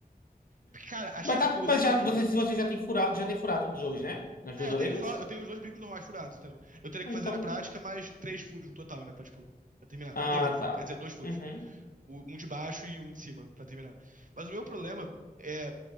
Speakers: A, on the right; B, on the left.
A: Porque, Cara, achar,
B: Mas, tá,
A: porque eu uso
B: mas
A: argolinha.
B: já, você, se você já tem furado, já tem furado um dos dois, né? Nas
A: É,
B: duas
A: eu
B: orelhas?
A: tenho só, eu tenho os dois brincos normais furados, entendeu? Eu teria
B: Ah,
A: que fazer
B: então.
A: na prática mais três furos no total, né? Pra, tipo, pra terminar.
B: Ah,
A: Não, dois, no fu-
B: tá.
A: quer dizer, dois furos.
B: Uhum.
A: O- Um de baixo e um de cima, pra terminar. Mas o meu problema é,